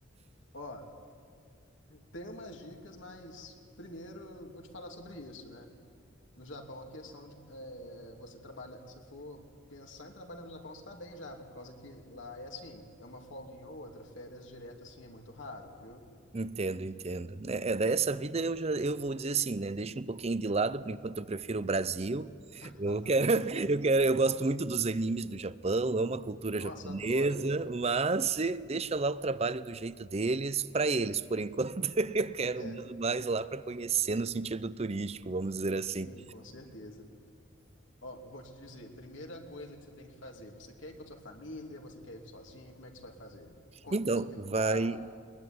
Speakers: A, on the left; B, on the right.
A: Ó, tem umas dicas, mas primeiro vou te falar sobre isso, né? No Japão, a questão de é, você trabalhar. Se for pensar em trabalhar no Japão, você tá bem já, por causa que lá é assim, é uma folguinha ou outra. Férias direto, assim, é muito raro, viu?
B: Entendo, entendo. É, é, dessa vida eu já eu vou dizer assim, né? Deixa um pouquinho de lado, por enquanto eu prefiro o Brasil.
A: <laughs>
B: Eu quero, <laughs> eu quero, eu gosto muito dos animes do Japão, amo a cultura
A: Nossa,
B: japonesa,
A: adoro anime.
B: mas eh, deixa lá o trabalho do jeito deles para eles, por enquanto. <laughs> Eu quero
A: É,
B: mais lá para conhecer no sentido turístico, vamos dizer assim.
A: sim, com certeza. Ó, vou te dizer, primeira coisa que você tem que fazer, você quer ir com a sua família, você quer ir sozinho, como é que você vai fazer? Quanto
B: Então,
A: tempo você quer
B: vai.
A: ficar?